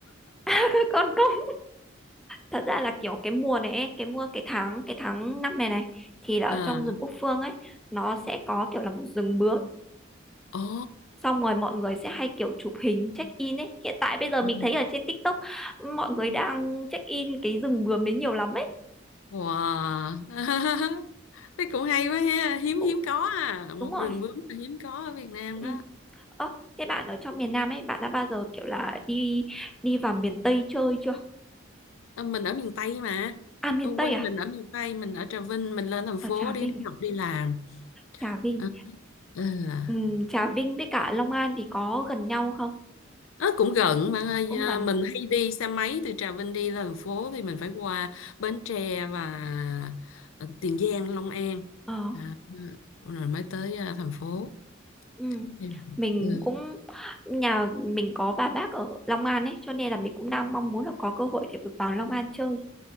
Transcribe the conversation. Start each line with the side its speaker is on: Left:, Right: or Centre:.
Centre: <laughs> các con không thật ra là kiểu cái mùa này ấy, cái mùa cái tháng cái tháng năm này này thì là ở
Left: à
Centre: trong rừng quốc phương ấy nó sẽ có kiểu là một rừng bướm
Left: ồ
Centre: xong rồi mọi người sẽ hay kiểu chụp hình check in ấy hiện tại bây giờ
Left: ừ,
Centre: mình thấy ở trên TikTok mọi người đang check in cái rừng bướm đấy nhiều lắm ấy
Left: wow <laughs> thế cũng hay quá ha hiếm
Centre: cũng
Left: hiếm có à một
Centre: đúng rồi
Left: rừng bướm là hiếm có ở Việt Nam
Centre: ừ.
Left: đó
Centre: Ơ, thế bạn ở trong miền Nam ấy bạn đã bao giờ kiểu là đi đi vào miền Tây chơi chưa
Left: À, mình ở miền Tây mà
Centre: à miền
Left: ở
Centre: Tây
Left: quê mình
Centre: à
Left: ở miền Tây mình ở Trà Vinh mình lên thành phố
Centre: ở Trà
Left: để
Centre: Vinh
Left: đi
Centre: à?
Left: học đi làm
Centre: Trà Vinh
Left: à, à.
Centre: Ừ, Trà Vinh với cả Long An thì có gần nhau không?
Left: Ờ, cũng gần bạn ơi
Centre: Cũng
Left: à,
Centre: gần.
Left: mình hay đi xe máy từ Trà Vinh đi lên thành phố thì mình phải qua Bến Tre và ờ, Tiền Giang Long An
Centre: Ờ.
Left: à, rồi mới tới à, thành phố
Centre: Ừ.
Left: Thì-
Centre: Mình
Left: ừ.
Centre: cũng nhà mình có bà bác ở Long An ấy, cho nên là mình cũng đang mong muốn là có cơ hội để được vào Long An chơi.